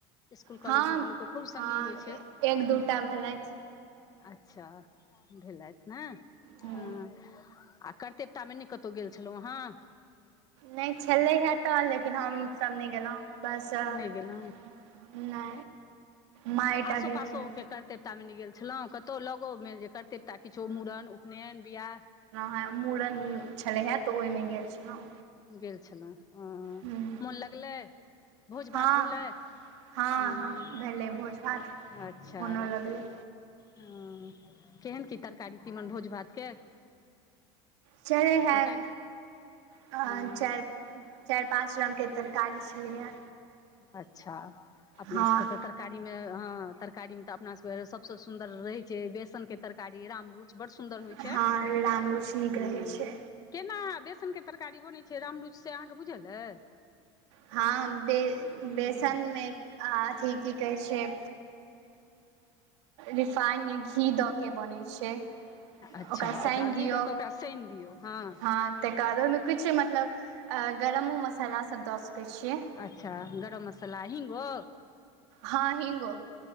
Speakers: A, on the left; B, on the right.
A: स्कूल
B: हँ
A: कॉलेज मे तऽ लोक के खूब संगी
B: हँ
A: होइ छै।
B: एक दूटा भेलैथ।
A: अच्छा, भेलैथ ने।
B: हूँ
A: हाॅं, आ करतेवतामे नहि कतहु गेल छलहुँ अहाॅं।
B: नहि छलै है तऽ, लेकिन हमसभ नहि गेलहुँ। बस नहि,
A: नहि गेलहुँ
B: मां ए
A: आसो
B: टा गेलखिन।
A: पासोके करतेवतामे नहि गेल छलहुँ, कतौ लगोमे जे करतेवता किछो मूड़न, उपनयन, बिआह।
B: हाॅं मूड़न छलै हे तऽ ओहिमे गेल छलहुँ।
A: गेल छलहुँ ओ
B: हूँ
A: मोन लगलै, भोज-भात
B: हँ
A: भेलै।
B: हँ
A: हाॅं,
B: हँ भेलै भोज भात
A: अच्छा।
B: मोनो लगलै
A: हाॅं, केहन की तरकारी तीमन भोज भातके।
B: छलैहे,
A: तरकारी
B: चारि
A: हँ
B: चारि- पाँच रंग के तरकारी। छलैए
A: अच्छा अपना
B: हँ
A: सभके तऽ तरकारी में त तरकारी मे त अपना सब के सबसे सुंदर रहे छै, बेसन के तरकारी रामरूच। बड सुन्दर होइ
B: हँ
A: छै, हूॅं।
B: राम रुच नीक रहै छै
A: केना बेसनके तरकारी बनैत छै, राम रुच से अहाँके बुझल अछि।
B: हाॅं बे बेसनमे
A: हँ
B: अथि कि कहै छै रिफाइन या घी दऽ के बनै छै।
A: अच्छा
B: ओकरा साइन
A: घी
B: दियौ,
A: दऽ कऽ ओकरा सानि दियौ हँ
B: हाॅं तकर बाद ओहिमे किछ मतलब गरमो मसाला सब दऽ सकैत छियै।
A: अच्छा गरम मसाला हिंगो।
B: हाॅं, हिंगो।